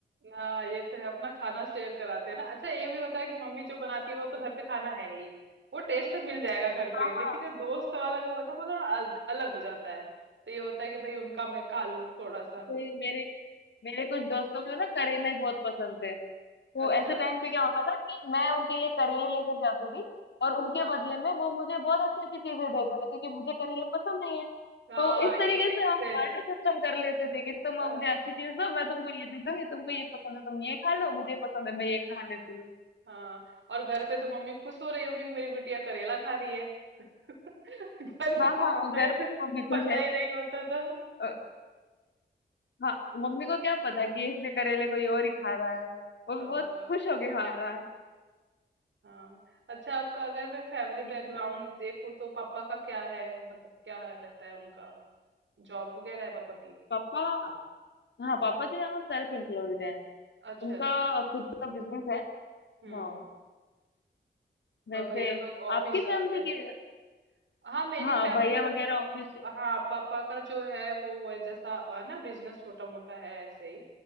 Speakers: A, on the right (about 90°); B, on the left (about 75°).
A: हाँ ये तो है अपना खाना शेयर कराते हैं ना अच्छा ये भी होता है कि मम्मी जो बनाती है वो तो घर पे खाना है ही वो टेस्ट तो मिल जाएगा घर पे
B: हाँ
A: लेकिन जो दोस्त वाला जो होता है वो थोड़ा अल, अलग हो जाता है तो ये होता है कि भाई उनका मैं खा लूं थोड़ा सा
B: मेरे मेरे मेरे कुछ दोस्तों को ना करेला ही बहुत पसंद थे तो
A: अच्छा
B: ऐसे टाइम पे क्या होता था कि मैं उनके लिए करेले लेकर जाती थी और उनके
A: हाँ
B: बदले में वो मुझे बहुत अच्छी अच्छी चीजें देते थे क्योंकि मुझे करेले पसंद नहीं है
A: हाँ
B: तो इस
A: ये
B: तरीके से
A: एक्सेस
B: हम बार्टर सिस्टम कर लेते थे कि तुम
A: हाँ।
B: मुझे अच्छी चीज दो मैं तुमको ये दे दूंगी तुमको ये पसंद है तुम ये खा लो मुझे ये पसंद है मैं ये खा लेती हूँ
A: हाँ और घर पे तो मम्मी खुश हो रही होंगी कि मेरी बिटिया करेला खा रही है <laughs> घर पे
B: हाँ
A: तो
B: हाँ
A: पता
B: घर
A: ही
B: पे
A: नहीं-
B: मम्मी खुश
A: पता
B: है
A: ही नहीं होता था
B: अ, हाँ मम्मी को क्या पता कि इसके करेले कोई और ही खा रहा है वो
A: हाँ
B: भी बहुत खुश होके खा रहा है
A: हाँ अच्छा आपका अगर मैं फैमिली
B: ये
A: बैकग्राउंड
B: चीज है
A: देखूँ तो पापा का क्या है मतलब क्या रहता है उनका जॉब वगैरह है पापा की
B: पापा हाँ पापा जो है वो सेल्फ एम्प्लॉयड है
A: अच्छा
B: उनका
A: अच्छा
B: खुद का बिजनेस है
A: हम्म
B: हाँ वैसे
A: और भैया लोग ऑफिस
B: आपकी
A: जाते
B: फैमिली
A: हैं
B: के
A: हाँ मेरी
B: हाँ
A: फैमिली
B: भैया
A: में
B: वगैरह
A: भी पाप,
B: ऑब्वियसली
A: हाँ पापा का जो है वो वो जैसा अ, ना बिजनेस छोटा मोटा है ऐसे ही